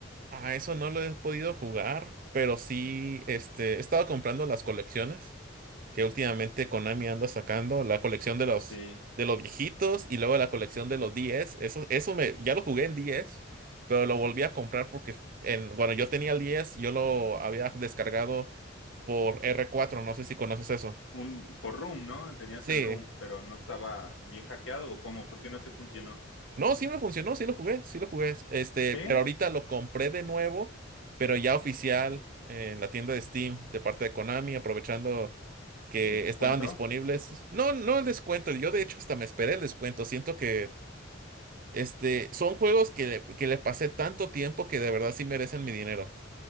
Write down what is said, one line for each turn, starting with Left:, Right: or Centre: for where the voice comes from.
Right: Ah, eso no lo he podido jugar, pero sí, este, he estado comprando las colecciones. que últimamente Konami anda sacando, la colección de los
Left: Sí,
Right: de los viejitos y luego la colección de los 10. Eso, eso me, ya lo jugué en 10, pero lo volví a comprar porque en, cuando yo tenía el 10, yo lo había descargado por R4, no sé si conoces eso.
Left: un, por Room, ¿no? Tenías
Right: Sí.
Left: el Room, pero no estaba bien hackeado o cómo, ¿por qué no te funcionó?
Right: No, sí me funcionó, sí lo jugué, sí lo jugué. Este,
Left: ¿Sí?
Right: pero ahorita lo compré de nuevo, pero ya oficial en la tienda de Steam de parte de Konami, aprovechando que
Left: ¿El descuento?
Right: estaban disponibles. No, no el descuento. Yo de hecho hasta me esperé el descuento. Siento que Este, son juegos que le, que le pasé tanto tiempo que de verdad sí merecen mi dinero.